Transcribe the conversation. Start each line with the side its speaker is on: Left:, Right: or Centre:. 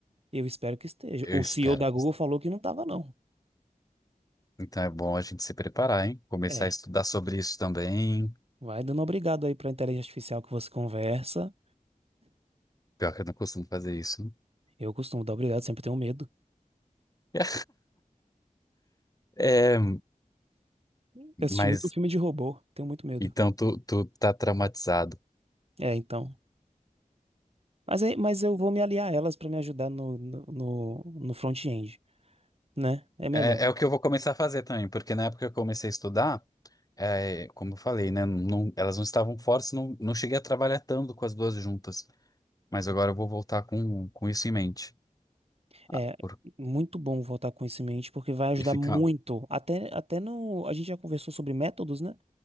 Right: Eu espero que esteja.
Left: eu
Right: O
Left: espero.
Right: CEO da Google falou que não estava, não.
Left: Então é bom a gente se preparar, hein? Começar
Right: É.
Left: a estudar sobre isso também.
Right: Vai dando obrigado aí para a inteligência artificial que você conversa.
Left: Pior que eu não costumo fazer isso.
Right: Eu costumo dar obrigado, sempre tenho medo.
Left: <laughs> né? É,
Right: Eu assisti
Left: mas
Right: muito filme de robô, tenho muito medo.
Left: então tu, tu tá traumatizado.
Right: É, então. Mas, aí, mas eu vou me aliar a elas pra me ajudar no, no, no no front-end, né? É melhor.
Left: É, é o que eu vou começar a fazer também, porque na época que eu comecei a estudar. É, como eu falei, né? não- elas não estavam fortes, não, não cheguei a trabalhar tanto com as duas juntas. Mas agora eu vou voltar com, com isso em mente. Ah,
Right: É
Left: por-
Right: muito bom voltar com isso em mente, porque vai ajudar
Left: e fica.
Right: muito. Até, até no. A gente já conversou sobre métodos, né?